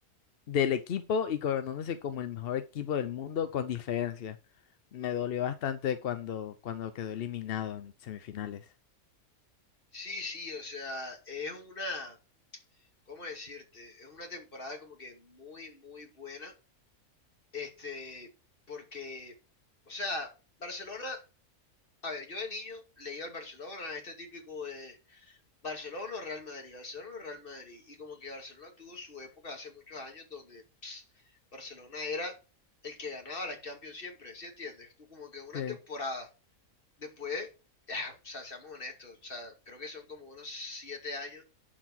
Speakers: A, on the left (about 55°); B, on the left (about 40°).
A: del equipo y coronándose como el mejor equipo del mundo con diferencia. Me dolió bastante cuando, cuando quedó eliminado en semifinales.
B: Sí, sí, o sea, es una, ¿cómo decirte? Es una temporada como que muy, muy buena, este, porque, o sea, Barcelona, a ver, yo de niño le iba al Barcelona, este típico de Barcelona o Real Madrid, Barcelona o Real Madrid, y como que Barcelona tuvo su época hace muchos años donde Barcelona era el que ganaba la Champions siempre, ¿sí entiendes? Tú como que unas
A: Sí,
B: temporadas Después, ya, o sea, seamos honestos, o sea, creo que son como unos siete años